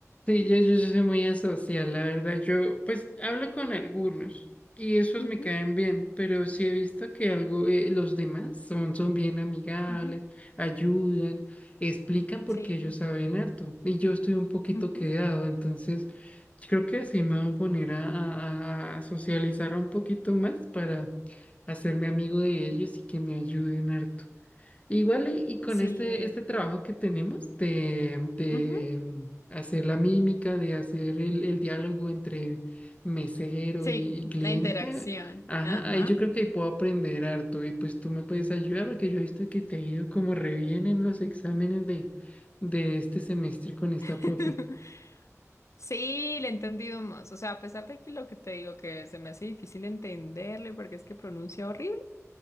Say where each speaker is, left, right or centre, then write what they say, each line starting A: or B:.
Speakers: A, on the left; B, on the left.
A: Sí, yo, yo, yo soy muy asocial, la verdad. Yo, pues, hablo con algunos y esos
B: ujú,
A: me caen bien, pero sí he visto que algo, eh, los demás son, son bien amigables,
B: ujú,
A: ayudan, explican porque
B: sí,
A: ellos saben harto y yo estoy un poquito
B: ujú,
A: quedado, entonces creo que sí me voy a poner a, a- a a socializar un poquito más para hacerme amigo de ellos y que me ayuden harto. Igual y, y con
B: sí,
A: este, este trabajo que tenemos de, de,
B: ujú,
A: mm, hacer la mímica, de hacer el, el diálogo entre mesero
B: sí,
A: y, y cliente,
B: la interacción,
A: ajá,
B: ajá.
A: ahí yo creo que ahí puedo aprender harto y pues tú me puedes ayudar porque yo he visto que te ha ido como re bien en los exámenes de, de este semestre con esta
B: <laughs>
A: profe.
B: Sí, le he entendido más. O sea, a pesar de que lo que te digo que se me hace difícil entenderle porque es que pronuncia horrible,